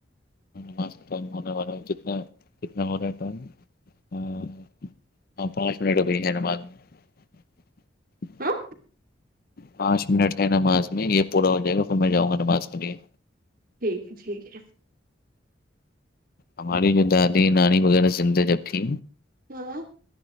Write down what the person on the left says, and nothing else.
ہ ٹائم ہونے والا ہے جتنا جتنا ہو رہا ہے ٹائم <unintelligible> ہاں ہاں پانچ منٹ ہو گئی ہے نماد میں
پانچ منٹ ہے نماز میں یہ پورا ہو جائے گا پھر میں جاں گا نماز کے لیے
ہماری جو دادی نانی وغیرہ زندہ جب تھی